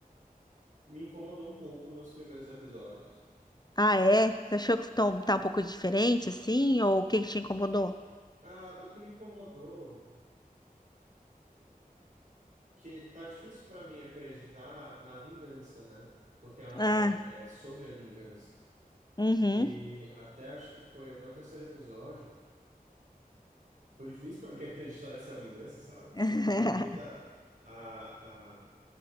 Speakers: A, on the right; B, on the left.
A: me incomodou um pouco nos primeiros episódios.
B: Ah, é? Você achou que tão- tá um pouco diferente, assim? Ou o que que te incomodou?
A: Ah, o que me incomodou, que tá difícil para mim acreditar na vingança, né? Porque ela-
B: Ah,
A: é o- é sobre a vingança.
B: uhum.
A: E até acho que foi até o terceiro episódio, foi difícil para mim <laughs> acreditar nessa vingança, sabe? Porque
B: <laughs>
A: eu, eu via da, a